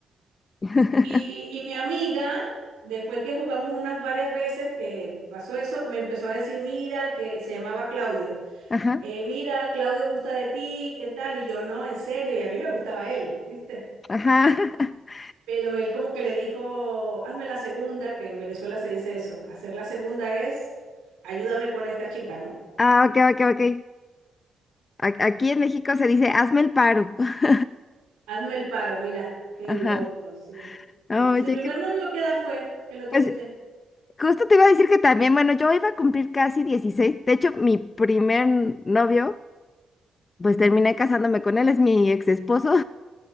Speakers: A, on the left (about 45°); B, on the right (about 85°).
A: <laughs>
B: Y, y mi amiga, después que jugamos unas varias veces que pasó eso, me empezó a decir, mira, que se llamaba Claudio,
A: Ajá,
B: eh, mira, Claudio gusta de ti, ¿qué tal? Y yo, no, en serio, y a mí me gustaba él, ¿viste?
A: ajá. <laughs>
B: Pero él como que le dijo, hazme la segunda, que en Venezuela se dice eso, hacer la segunda es, ayúdame con esta chica, ¿no?
A: Ah, ok, ok, ok. A- Aquí en México se dice, hazme el paro. <laughs>
B: Hazme el paro, mira, qué
A: Ajá.
B: loco, sí.
A: Oye,
B: ¿Y, y tu primer
A: que,
B: novio qué edad fue que lo tuviste?
A: pues justo te iba a decir que también, bueno, yo iba a cumplir casi 16. De hecho, mi primer novio Pues terminé casándome con él, es mi ex esposo.